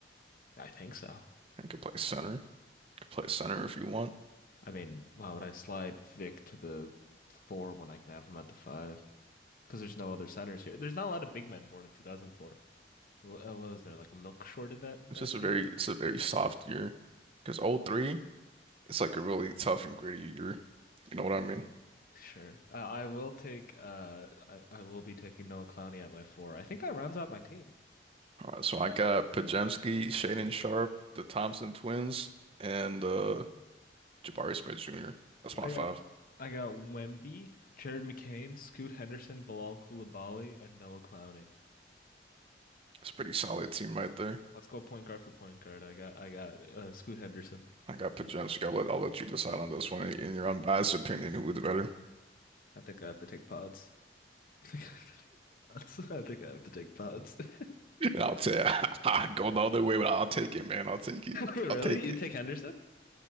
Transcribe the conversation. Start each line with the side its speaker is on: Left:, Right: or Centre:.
Left: I think so.
Right: and can play center. Could play center if you want.
Left: I mean, why would I slide Vic to the four when I can have him at the five? Because there's no other centers here. There's not a lot of big men born in 2004. Wh- uh, What was there like a milk short of that that
Right: It's just a very
Left: year?
Right: it's a very soft year. Because oh 03, it's like a really tough and gritty year. You know what I mean?
Left: Sure. Uh, I will take uh I, I will be taking Noah Clowney at my four. I think that rounds out my team.
Right: All right, so I got Pajemski, Shaden Sharp, the Thompson twins, and uh Jabari Smith Jr. That's
Left: I
Right: my five.
Left: got I got Wemby, Jared McCain, Scoot Henderson, Bilal Coulibaly, and Noah Clowney.
Right: It's a pretty solid team right there.
Left: Let's go point guard for point guard. I got I got uh, Scoot Henderson.
Right: I got Pajemski. I'll let I'll let you decide on this one in your unbiased opinion who's better.
Left: I think I have to take pods. <laughs> I think I have to take pods. <laughs> I think I have to take pods. <laughs>
Right: And I'll tell you, <laughs> I'd go the other way, but I'll take it, man. I'll take it.
Left: Wait, really?
Right: I'll take
Left: You
Right: it.
Left: take Henderson?